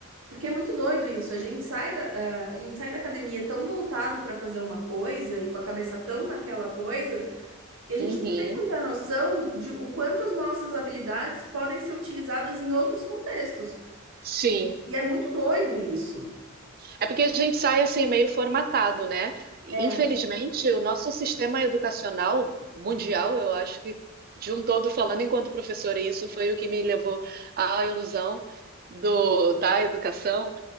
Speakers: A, on the right; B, on the right.
A: Porque é muito doido isso. A gente sai da, a, a gente sai da academia tão voltado para fazer uma coisa e com a cabeça tão naquela coisa que a
B: Uhum.
A: gente não tem muita noção de o quanto as nossas habilidades podem ser utilizadas em outros contextos.
B: Sim.
A: E, e é muito doido isso.
B: É porque a gente sai assim meio formatado, né? Infelizmente,
A: É.
B: o nosso sistema educacional mundial, eu acho que de um todo falando enquanto professora, e isso foi o que me levou à ilusão do, da educação.